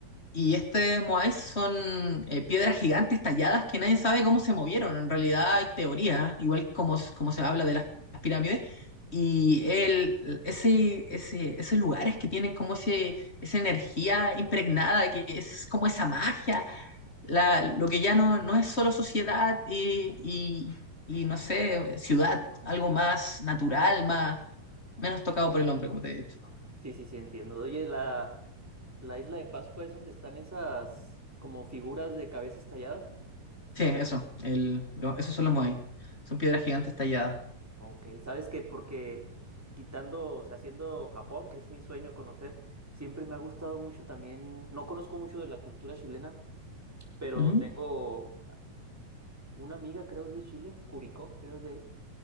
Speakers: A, on the left; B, in the centre.
A: y este Moai son eh, piedras gigantes talladas que nadie sabe cómo se movieron. En realidad hay teorías, igual como, s- como se habla de las pirámides. Y el, ese, ese, esos lugares que tienen como ese, esa energía impregnada, que es como esa magia, la, lo que ya no, no es solo sociedad y, y, y, no sé, ciudad, algo más natural, más, menos tocado por el hombre, como te he dicho.
B: sí, sí, sí, entiendo. Oye, la, la isla de Pascua es donde están esas como figuras de cabezas talladas.
A: Sí, eso, el, lo- esos son los Moai. Son piedras gigantes talladas.
B: Ok, ¿sabes qué? Porque quitando, o sea, haciendo Japón, que es mi sueño conocer, siempre me ha gustado mucho también, no conozco mucho de la cultura chilena, pero
A: Ujú.
B: tengo una amiga, creo, es de Chile, Curicó, creo, es de ahí.